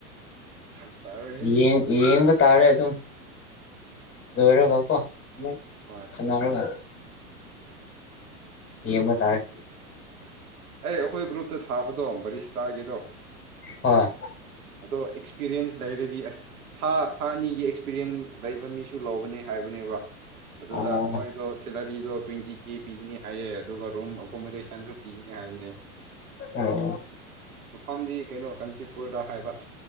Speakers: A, on the right; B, on the left.
A: ꯐꯔꯛ ꯇꯥꯔꯣꯏꯍꯦ
B: ꯌꯦꯡ ꯌꯦꯡꯕ ꯇꯥꯔꯦ ꯑꯗꯨꯝ ꯂꯣꯏꯔꯒ ꯀꯣ ꯑꯃꯨꯛ
A: ꯍꯣꯏ
B: ꯈꯟꯅꯔꯒ ꯌꯦꯃ ꯇꯥꯔꯦ
A: ꯑꯩ ꯑꯈꯣꯏ ꯒ꯭ꯔꯨꯞꯇ ꯊꯥꯕꯗꯣ ꯕꯔꯤꯁ ꯇꯥꯒꯤꯗꯣ
B: ꯍꯣꯏ
A: ꯑꯗꯣ ꯑꯦꯛꯁꯄꯤꯔꯦꯟꯁ ꯂꯩꯔꯗꯤ ꯑꯁ ꯊꯥ ꯊꯥ ꯑꯅꯤꯒꯤ ꯄꯤꯔꯤꯟ ꯂꯩꯕ ꯃꯤꯁꯨ ꯂꯧꯒꯅꯤ ꯍꯥꯏꯕꯅꯦꯕ ꯑꯗꯨꯗ
B: ꯑꯣ
A: ꯃꯣꯏ ꯗꯣ ꯁꯦꯂꯔꯤꯗꯣ ꯇ꯭ꯋꯦꯟꯇꯤ ꯀꯦ ꯄꯤꯒꯅꯤ ꯍꯥꯏꯌꯦ ꯑꯗꯨꯒ ꯔꯨꯝ ꯑꯣꯀꯣꯃꯗꯦꯁꯟꯁꯨ ꯄꯤꯅꯤ ꯍꯥꯏꯕꯅꯦ
B: ꯑꯣ
A: ꯃꯐꯝꯗꯤ ꯀꯩꯅꯣ ꯀꯥꯟꯆꯤꯄꯨꯔꯗ ꯍꯥꯏꯕ